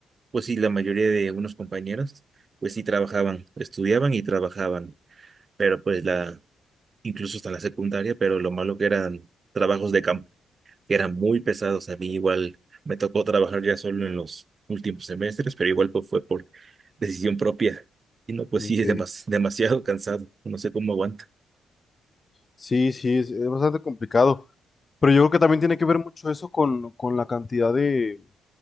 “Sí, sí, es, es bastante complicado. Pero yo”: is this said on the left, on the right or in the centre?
Left